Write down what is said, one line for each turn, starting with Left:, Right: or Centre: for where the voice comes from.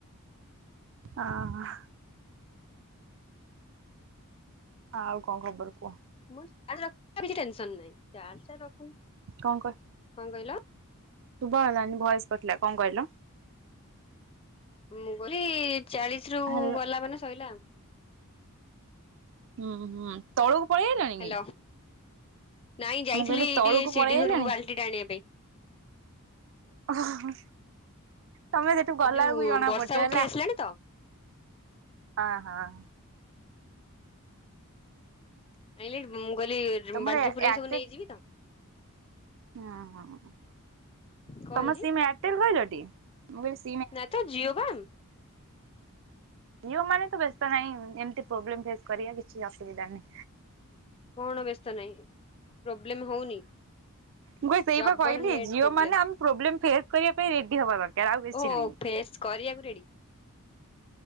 Right: ଓ ହଁ। ଆଉ କଣ ଖବର କୁହ?
Left: ମୋର ଚାର୍ଜ ର <unintelligible> କିଛି ଟେନସନ୍ ନାଇ। ଚାର୍ଜ ଟା ରଖୁନି।
Right: କଣ କ
Left: କଣ କହିଲ?
Right: ଶୁବା ଗଲାନି ଭଏସ୍ କଟିଲା, କଣ କହିଲ?
Left: ମୁଁ କହିଲି ଚାଳିଶ ରୁ
Right: ହାଲୋ।
Left: କଲା ମାନେ ଶୋଇଲାା ଆଉ।
Right: ହୁଁ, ହୁଁ, ତଳକୁ ପଳେଇ ଆଇଲାଣି
Left: ହ୍ୟାଲୋ।
Right: କି?
Left: ନାଇଁ ଯାଇଥିଲି
Right: ମୁଁ କହିଲି ତଳକୁ
Left: ଟିକେ ସିଡି
Right: ପଳେଇ
Left: ଘରକୁ
Right: ଆଇଲାଣି
Left: ବାଲ୍ଟି ଟା ଆଣିବା ପାଇଁ।
Right: ଓ ହଁ, ତୋମେ ସେଠୁ ଗଲା
Left: ଏଇ ଯୋଉ
Right: ବେଳକୁ ଜଣା
Left: ବର୍ଷା
Right: ପଡୁଚ
Left: ଉଠେଇ
Right: ହେଲା।
Left: ଆସିଲାଣି ତ
Right: ଅ, ହଁ।
Left: ଆାଇିଲେ ମୁଁ କଇଲି ଯୁଁ
Right: ତମର
Left: ବାଲଟି
Right: ଏୟାରଟେଲ
Left: ପୁରେଇକି ସବୁ ନେଇଯିବି ତ।
Right: ହଁ, ହଁ
Left: କଣ
Right: ତୋମ
Left: ହେଇଛି
Right: ସିମ୍ ଏୟାରଟେଲ କହିଲ ଟି? ମୁଁ କଇଲି ସି
Left: ନା ତ ଜିଓ ବାନ୍?
Right: ଜିଓ ମାନେ ତ ବ୍ୟସ୍ତ ନାହିଁ ଏମିତି ପ୍ରୋବ୍ଲେମ୍ ଫେସ୍ କରିବା କିଛି ଅସୁବିଧା ନାହିଁ।
Left: କଣ ବ୍ୟସ୍ତ ନାହିଁ? ପ୍ରୋବ୍ଲେମ୍ ହଉନି?
Right: ମୁଁ କଇ ସେଇ
Left: ଜବର
Right: ପା କଇଲି
Left: ନେଟ
Right: ଜିଓ
Left: ପ୍ରୋବ୍ଲେମ
Right: ମାନେ ଆମ ପ୍ରୋବ୍ଲେମ୍ ଫେସ୍ କରିବା ପାଇଁ ରେଡି ହବା ଦରକାର ଆଉ କିଛି
Left: ଓହୋ
Right: ନାଇ।
Left: ଫେସ୍ କରିବାକୁ ରେଡି।